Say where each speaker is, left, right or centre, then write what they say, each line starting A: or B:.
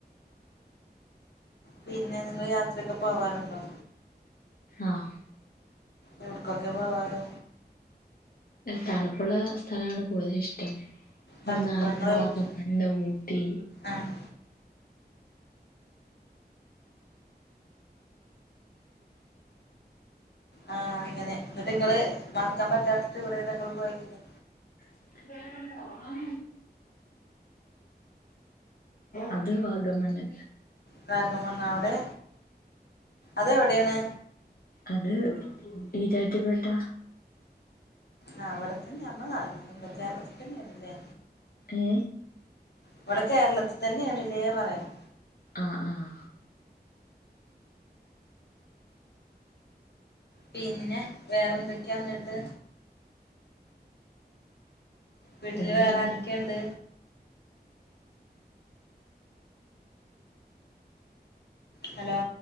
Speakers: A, on the left; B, on the left.
A: പിന്നെ നിങ്ങൾ യാത്രയൊക്കെ പോവാറുണ്ടോ
B: ആഹ
A: എവിടക്കൊക്കെ പോവാറ്
B: തണുപ്പുള്ള സ്ഥലമാണ് കൂടുതല് ഇഷ്ടം മൂന്നാറ്
A: തണുപ്പ്
B: വാഗമണ്ണ്
A: എവിടക്ക്
B: ഊട്ടി
A: ആഹ് ആഹ അങ്ങനെ എന്നിട്ട നിങ്ങള് മറക്കാൻ പറ്റാത്ത ടൂറാഏതാ ഇങ്ങൾ പോയതില്
B: <inaudible> അത് വാഗമണ്ണ്
A: വാഗമണ്ണ് അവിടെ അതെ എവിടെയാണ്
B: അത് ഈരാറ്റുപേട്ട
A: ആ അവിടെത്തന്നെ നമ്മള ഇട കേരളത്തിൽ തന്നെയ ആണല്ലേ
B: ഏ
A: ഇവിടെ കേരളത്തിൽ തന്നെയാണ് ഇല്ലേ പറയാം
B: ആഹ ആഹ
A: പിന്നെ വേറെന്തൊക്കെ ഇന്നിട്ട് വീട്ടില്
B: വേറെന്താ
A: വേറെ ആരൊക്കെയുണ്ട് ഹലോ